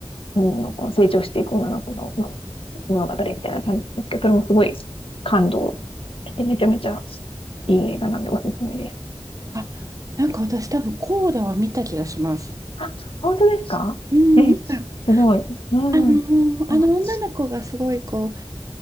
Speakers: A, on the left; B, on the right.
A: 女の子の成長していく女の子の物語みたいな感じですけど、それもすごい感動して、めちゃめちゃいい映画なんでおすすめです。
B: あ、なんか私多分、コーダは見た気がします。
A: あ、本当ですかえ、
B: うん。なんか、
A: すごい。うん。
B: あのーあの女の子がすごいこう、
A: あそ